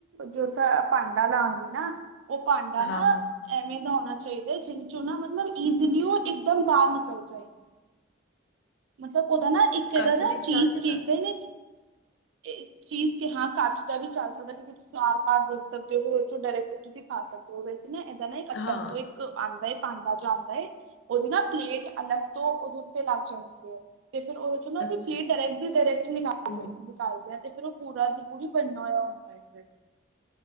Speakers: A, on the right; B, on the left.
A: ਜੋ ਭਾਂਡਾ ਲਾਂਗੇ ਨਾ, ਉਹ ਭਾਂਡਾ
B: ਹਾਂ
A: ਨਾ
B: ਹਾਂ
A: ਐਵੇਂ ਦਾ ਹੋਣਾ ਚਾਹੀਦਾ। ਜੀ ਦੇ ਚੋਂ ਨਾ ਮਤਲਬ ਇਸੀਲਈ ਉਹ ਇੱਕਦਮ ਬਾਹਰ ਨਿਕਲ ਜਾਏ। ਮਤਲਬ? ਉਹਦਾ ਨਾ ਇੱਕ ਇਧਰ
B: ਕੱਚ
A: ਨਾ
B: ਦੀ ਚੱਲ
A: ਚੀਜ਼
B: ਜੇਗਾ।
A: ਦੇਖਦੇ ਨੇ। ਇਹ ਚੀਜ਼ ਕਿ ਹਾਂ ਕੱਚ ਦਾ ਵੀ ਚੱਲ ਸਕਦਾ ਕਿਉਂਕਿ ਤੁਸੀਂ ਆਰ ਪਾਰ ਦੇਖ ਸਕਦੇ ਹੋ ਫੋਂ ਡਾਇਰੈਕਟ ਤੁਸੀਂ ਖਾ ਸਕਦੇ ਹੋ ਵੈਸੇ ਨਾ ਤ
B: ਹਾਂ,
A: ਇੱਕ ਆਂਦਾ ਏ। ਪਾਂਡਾ ਜਾਂਦਾ ਏ। ਉਹਦੀ ਨਾ ਪਲੇਟ ਅਲਗ ਤੋਂ, ਤੇ ਲੱਗ ਜਾਏਗਾ। <unintelligible> ਤੇ ਫੇਰ ਉਹਦੇ ਚੋਂ
B: ਅੱਛਾ-ਅੱਛਾ
A: ਨਾ ਅਸੀਂ ਪਲੇ ਡਾਇਰੈਕਟ ਦੀ ਡਾਇਰੈਕਟ ਨਿਕਾਲਦੇ
B: ਬਿਲ
A: ਆ। ਤੇ ਫਿਰ ਉਹ ਪੂਰਾ ਦੀ ਪੂਰੀ ਬਣਨਾ ਹੋਇਆ ਹੁੰਦਾ ਇੱਥੇ।